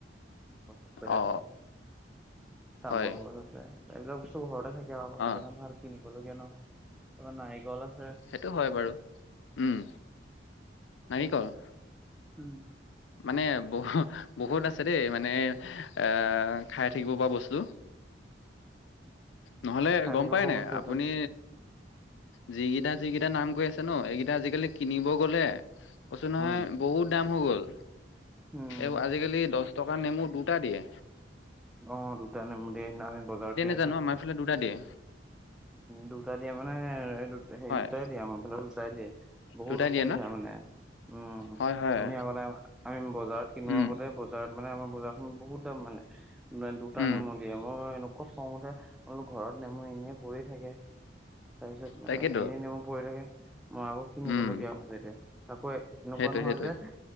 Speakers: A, in the centre; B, on the left (about 85°).
A: <inaudible> এইবিলাক
B: অ
A: বস্তু ঘৰতে থাকে
B: হয়
A: আৰু সেই কাৰণে ভাল কিনিবলগীয়া
B: অ
A: নহয় তাৰ নাৰিকল আছে।
B: সেইটো হয় বাৰু উম, নাৰিকল।
A: উম।
B: মানে বহুত, বহুত আছে দেই মানে এ, খাই থাকিব পৰা বস্তু।
A: <inaudible>
B: নহলে
A: তাত
B: গম
A: একো
B: পাই নাই
A: বস্তু
B: আপুনি?
A: আছে
B: যিকেইটা, যিকেইটা নাম কৈ আছে ন, এইকেইটা আজিকালি কিনিব গলে কৈছো নহয়
A: উম
B: বহুত দাম হৈ গ'ল,
A: উম
B: এৱো আজিকালি দশ টকাত নেমু দুটা দিয়ে।
A: অ, দুটা নেমু দিয়ে সেইদিনা আমি বজাৰত কিনি
B: জানো আমাৰ এইফালে দুটা দিয়ে।
A: দুটা দিয়া মানে দু-সেই
B: হয়
A: দুটাই দিয়ে আমাৰ ফালেও দুটাই দিয়ে। বহুত
B: দুটা
A: অসুবিধা
B: দিয়ে ন
A: মা উম,
B: হয় হয়
A: আমি আগতে আমি বজাৰত কিনো
B: উম
A: আগতে বজাৰত মানে আমাৰ বজাৰখনত বহুত দাম মানে, দুটা
B: উম
A: নেমু দিয়ে মই এনো খং উঠে, মই বোলো ঘৰত নেমু এনে পৰি থাকে, তাৰপিছত
B: তাকেতো
A: এনে নেমু পৰি <unintelligible> মই আকৌ কিনিবলগীয়া
B: উম
A: হৈছে এতিয়া, আকৌ এনেকুৱা
B: সেইটোৱে
A: নহয়
B: সেইটোৱে
A: যে